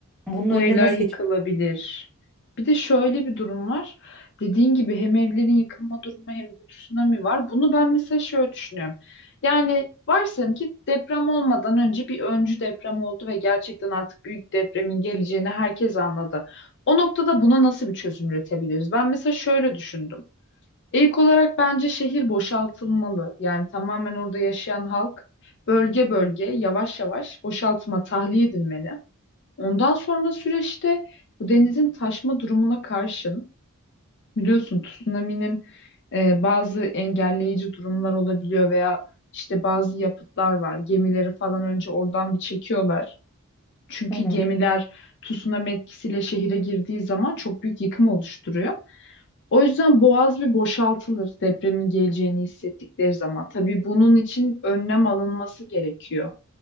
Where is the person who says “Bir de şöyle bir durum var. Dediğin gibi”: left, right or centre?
Left